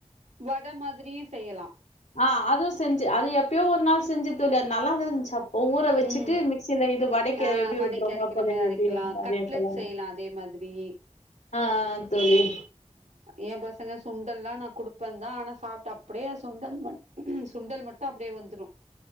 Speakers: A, on the right; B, on the left.
A: வட மாதிரியு செய்யலா
B: ஆ அதுவு செஞ்சு அது எப்பயோ ஒர் நாள் செஞ்சந் தோழி அது நல்லாதா இருஞ்சு அப் ஒவ் ஊர வச்சுட்டு
A: ம்
B: மிக்சில இது வடைக்க
A: ஆ
B: எப்டி
A: வடைக்கு
B: ருக்குறோமோ
A: அரைக்கிற
B: <unintelligible>
A: மாரி அரைக்கலா
B: அதே
A: கட்லெட்
B: போல
A: செய்யலா அதே மாதிரி
B: ஆ ஆ ஆ தோழி
A: ஏம் பசங்க சுண்டல்லா நா குடுப்பந்தா ஆனா சாப்ட்ட அப்டியே சுண்டல் மட் சுண்டல் மட்டு அப்டியே வந்த்ரு